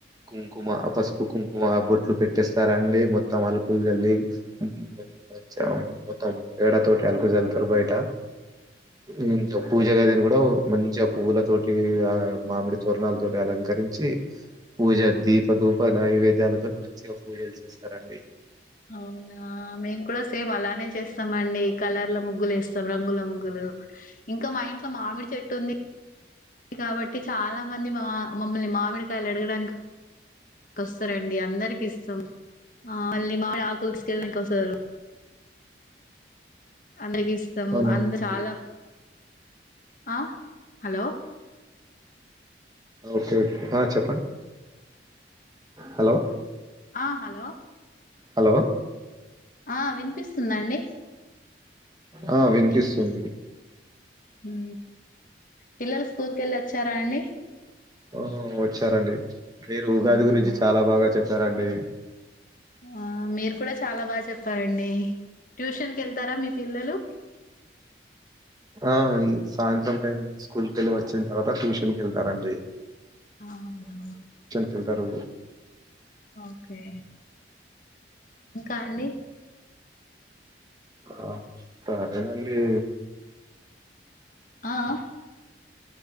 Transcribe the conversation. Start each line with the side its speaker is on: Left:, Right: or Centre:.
Right: కుంకుమ పసుపు కుంకుమ బొట్లు పెట్టేస్తారా అండి మొత్తం అలుకులు చల్లి <inaudible> మొత్తం పేడ తోటి అలుకు జల్లుతారు బయట ఇంకా పూజ గదీని కూడా మంచిగా పువ్వుల తోటి ఆ మామిడి తోరణాల తోటి అలంకరించి పూజ దీప దూప నైవేద్యాలతో మంచిగా పూజలు చేస్తారండి
Left: అవునా మేము కూడా సేమ్ అలానే చేస్తా ఎస్తాంమండి కలర్ లా ముగ్గులు వేస్తాం రంగుల ముగ్గులు ఇంకా మా ఇంట్లో మామిడి చెట్టు ఉంది కాబట్టి చాలా మంది మా మమ్మల్ని మామిడి కాయలు అడగడానికి వస్తారండి అందరికి ఇస్తాం మళ్ళి మామిడి ఆకులు తీసుకెళ్ళి నీకి వస్త వస్తారు అందరికి ఇస్తాం
Right: అవునండి.
Left: అందు చాలా ఆహ హలో
Right: ఓకే చెప్పండి హలో
Left: ఆ హలో
Right: హలో
Left: ఆ వినిపిస్తుందండి
Right: ఆ! వినిపిస్తుంది.
Left: ఏంటి హు పిల్లలు స్కూల్ కి కెళ్ళి వచ్చారా అండి
Right: ఓ వచ్చారండి మీరు ఉగాది
Left: మ్మ్
Right: గురించి చాలా బాగా చేప సరే అండి
Left: ఆ మీరు కూడా చాలా బాగా చెప్పారండి ట్యూషన్కి వెళ్తారా మీ పిల్లలు
Right: ఆ ఈ సాయంత్రం టైం స్కూల్ కెళ్ళి వచ్చిన తర్వాత ట్యూషన్ కేళ్తారండి
Left: అవునా
Right: యెల్తారు
Left: ఓకే ఇంకా అండి
Right: ఆ సరేనండి
Left: ఆ ఆ